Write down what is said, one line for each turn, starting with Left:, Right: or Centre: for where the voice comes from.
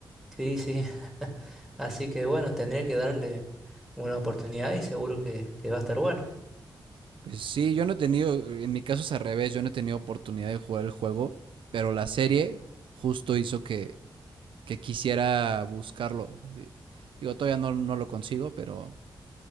Centre: sí, sí. <laughs> Así que bueno, tendría que darle una oportunidad y seguro que, que va a estar bueno.
Right: Pues sí, yo no he tenido, en mi caso es al revés, yo no he tenido oportunidad de jugar el juego, pero la serie justo hizo que, que quisiera buscarlo. Di- Digo, todavía no, no lo consigo, pero